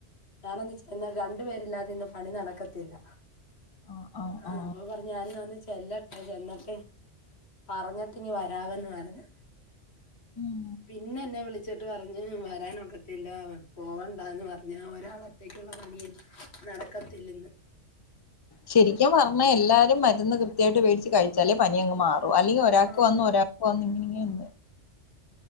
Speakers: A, on the left (about 60°); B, on the left (about 30°).
A: ഞാനന്നിച്ചന്നാ രണ്ടു പേരില്ലാതെ ഇന്നു പണി നടക്കത്തില്ല
B: ആഹ് ആഹ്
A: ആ
B: ആഹ്
A: അപ്പൊ പറഞ്ഞ് <unintelligible> ചെല്ലട്ടെ ചേന്നട്ട്. പറഞ്ഞിട്ടിനി വ ടാവന്ന് പറഞ്ഞ്.
B: ഉം
A: പിന്നെ ന്നെവിളി വച്ചിട്ട് പറഞ്ഞ് വരാനൊക്കത്തില്ല പോവണ്ടാന്ന് പറഞ്ഞ്, ഒരാളൊറ്റക്കുള്ള പണിയ നടക്കത്തില്ലെന്ന്.
B: ശരിക്കും പറഞ്ഞാ എല്ലാരും മരുന്ന് കൃത്യായിട്ട് വേടിച്ച് കഴിച്ചാലേ പനി അങ്ങ് മാറും. അല്ലെങ്കിൽ ഒരാൾക്ക്
A: ആ
B: വന്ന് ഒരാൾക്ക് വന്ന് ഇങ്ങനെങ്ങെനെന്ന്